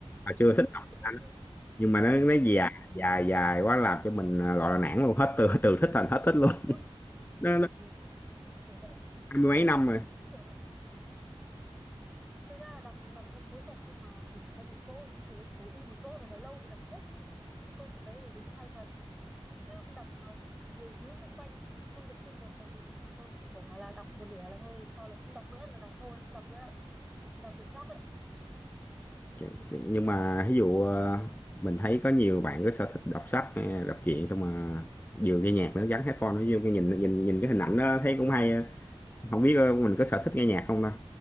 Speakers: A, on the left; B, in the centre.
A: hồi xưa
B: nên
A: thích
B: mình
A: đọc tiếng
B: hơi
A: Anh
B: cô-
A: nhưng mà nó nó dài
B: đúng
A: dài dài quá làm cho mình à, gọi là nản luôn hết từ từ thích thành hết thích luôn
B: đúng
A: nó
B: ừ,
A: nó
B: mình cũng mình cũng kiểu vậy
A: hai mươi mấy năm
B: mình
A: rồi
B: cũng đúng kiểu vậy thực ra là đọc đọc nó cuốn thật nhưng mà mình phải có một chỗ thế nên mình ngồi im một chỗ rồi là lâu mình đọc hết cái cái câu chuyện đấy thì đúng hay thật chứ đọc mà nhiều thứ xung quanh mình không tập trung được là mình tôi cũng bỏ là đọc một nửa là thôi sau là không đọc nữa là đọc thôi không đọc nữa đọc quyển khác đấy
A: Ch- ch- nhưng mà ví dụ ờ, mình thấy có nhiều bạn có sở thích đọc sách hay là đọc truyện xong mà vừa nghe nhạc nữa gắn headphone nó vô cái nhìn nhìn nhìn cái hình ảnh đó thấy cũng hay không biết ờ, mình có sở thích nghe nhạc không đâu